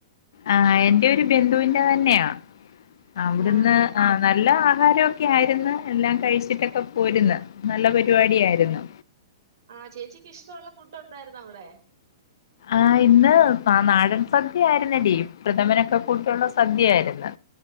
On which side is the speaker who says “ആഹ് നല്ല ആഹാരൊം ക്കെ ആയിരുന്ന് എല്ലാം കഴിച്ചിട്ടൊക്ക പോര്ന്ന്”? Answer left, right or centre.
Left